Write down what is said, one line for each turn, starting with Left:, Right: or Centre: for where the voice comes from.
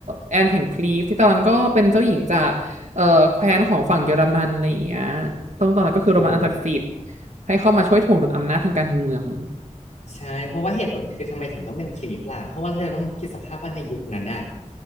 Right: แอนแห่งคลีฟที่ตอนนั้นก็เป็นเจ้าหญิงจากเออแคว้นของฝั่งเยอรมันอะไรอย่างเงี้ยตรงตอนนั้นก็คือโรมันอันศักดิ์สิทธิ์
Left: ถูก
Right: ให้เข้ามาช่วยถ่วงดุลอำนาจทางการเมือง
Left: ใช่เพราะว่าเหตุผลคือทำไมถึงต้องเป็นคลีฟล่ะเพราะว่าเธอต้องคิดสภาพว่าในยุคนั้นอะ